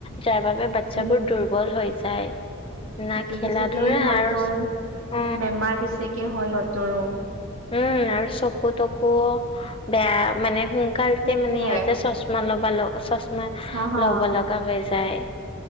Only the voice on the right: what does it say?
উম
এইটো
বেছিকে
সিহঁতৰ
বেমাৰ বেছিকে হয় সিহঁতৰ অঁ'
সেইটোৱে
হা হা